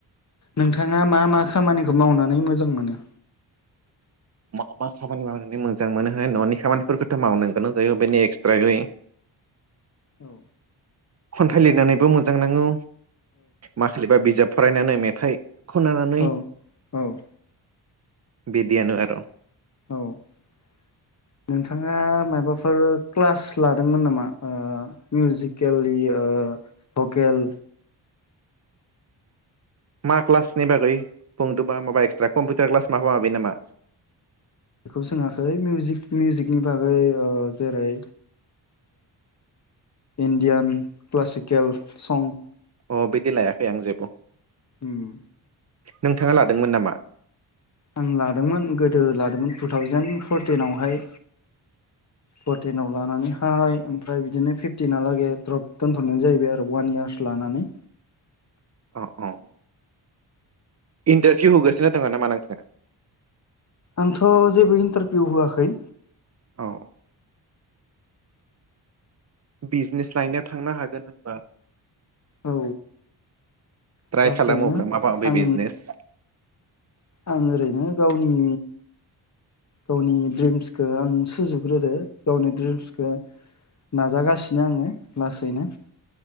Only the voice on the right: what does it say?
मा मा खामानि मावनानै मोजां मोनोहाय न'नि खामानिफोरखौथ' मावनांगोन जायो बेनो एक्सट्रै
खन्थाइ लिरनानैबो मोजां नाङो। माखालि बा बिजाब फरायनानै मेथाइ खननानै
बिदि आानो आरो
मा क्लासनि बागै बुंदोंबा माबा एक्सट्रा कम्पिउटार क्लास मा माबि नामा?
अ बिदि लायाखै आं जेबो।
नोंथाङा लादोंमोन नामा?
अ अ इन्टारभिउ होगासिनो दङ' नामा नोंथाङा?
औ। बिजनेस लाइनाव थांनो हागोन होनबा।
ट्राय
खालामोब्ला माबा बे
बिजनेस